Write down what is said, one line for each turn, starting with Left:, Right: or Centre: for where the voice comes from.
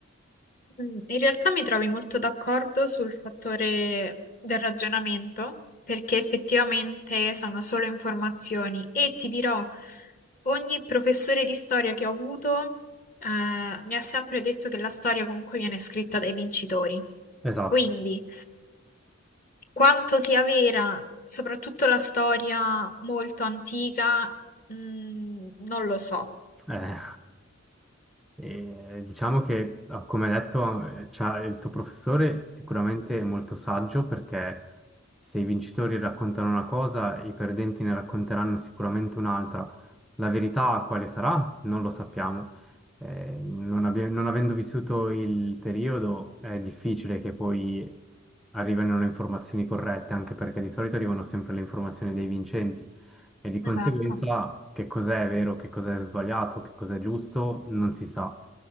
Left: Mm, In realtà mi trovi molto d'accordo sul fattore del ragionamento, perché effettivamente sono solo informazioni e ti dirò, ogni professore di storia che ho avuto, eh, mi ha sempre detto che la storia comunque viene scritta dai vincitori.
Centre: Esatto.
Left: Quindi, quanto sia vera, soprattutto la storia molto antica, mm, non lo so.
Centre: Eh, <laughs> eh, diciamo che, ah, come detto, eh, c'ha- il tuo professore sicuramente è molto saggio perché se i vincitori raccontano una cosa, i perdenti ne racconteranno sicuramente un'altra. La verità quale sarà? Non lo sappiamo. Eh, non, abbia- non avendo vissuto il periodo, è difficile che poi arrivino le informazioni corrette, anche perché di solito arrivano sempre le informazioni dei vincenti. E di conseguenza
Left: Esatto.
Centre: che cos'è vero, che cos'è sbagliato, che cos'è giusto, non si sa.